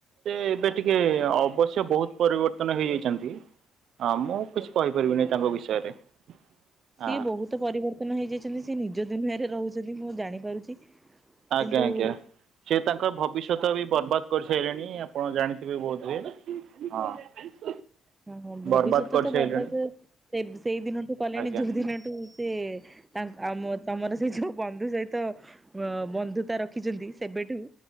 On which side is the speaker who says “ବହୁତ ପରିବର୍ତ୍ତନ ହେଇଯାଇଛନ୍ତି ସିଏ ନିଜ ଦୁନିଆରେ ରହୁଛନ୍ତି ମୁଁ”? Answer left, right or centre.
Right